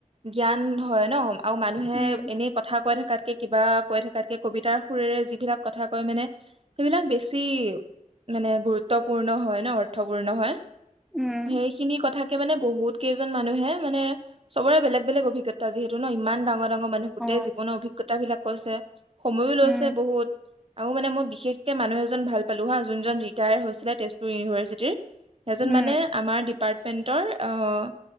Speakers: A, on the right; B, in the centre.
A: জ্ঞান হয় ন। আৰু মানুহে
B: উম
A: এনেই কথা কৈ থকাতকে কিবা কৈ থকাতকে কবিতাৰ সুৰেৰে যিবিলাক কথা কয় মানে সেইবিলাক বেছি মানে গুৰুত্বপূৰ্ণ হয় ন অৰ্থপূৰ্ণ হয়
B: উম
A: সেইখিনি কথা। মানে বহুত কেইজন মানুহে মানে চবৰে বেলেগ বেলেগ অভিজ্ঞতা যিহেতু ন ইমান ডাঙৰ ডাঙৰ মানুহ গোটেই
B: অ
A: জীৱনৰ অভিজ্ঞতা বিলাক কৰিছে সময়ো লৈছে
B: উম
A: বহুত আৰু মে মই বিশেষকে মানুহ এজন ভাল পালো হা যোনজন ৰিটায়াৰ হৈছিলে তেজপুৰ ইউনিভাৰ্চিটিৰ। এজন
B: উম
A: মানে আমাৰ ডিপাৰ্টমেন্টৰ আহ